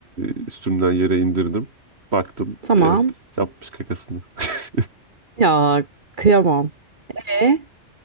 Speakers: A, on the right; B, on the right.
A: e, üstümden yere indirdim. Baktım
B: Tamam.
A: evet yapmış kakasını. <laughs>
B: Ya kıyamam. E?